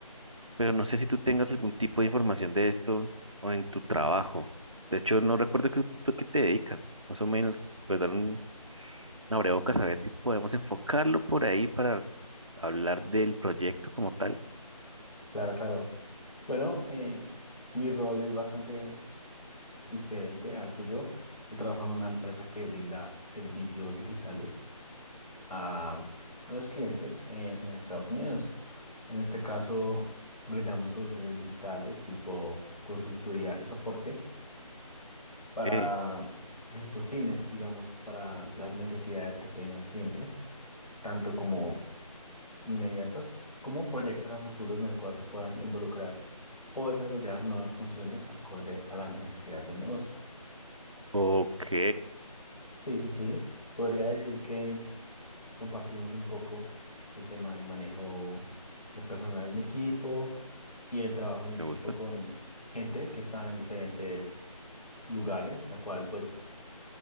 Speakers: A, on the right; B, on the left.
A: pero no sé si tú tengas algún tipo de información de esto o en tu trabajo. De hecho, no recuerdo que, tú a qué te dedicas, más o menos, pues dar un, una abrebocas a ver si podemos enfocarlo por ahí para hablar del proyecto como tal.
B: claro, claro. Bueno, eh, mi rol es bastante diferente al tuyo. Yo trabajo
A: Ujú.
B: en una empresa que brinda servicios digitales a, a los clientes en, en Estados Unidos. En este caso, brindamos soluciones digitales tipo consultoría y soporte para
A: Ok,
B: distintos fines, digamos, para las necesidades que tenga el cliente, tanto como inmediatas como proyectos a futuro en el cual se puedan involucrar o desarrollar nuevas funciones acorde a la necesidad del negocio.
A: ok,
B: Sí, sí, sí. Podría decir que compartimos un poco el tema de manejo de personal en equipo y el trabajo en equipo
A: me gusta.
B: con gente que está en diferentes lugares, la cual pues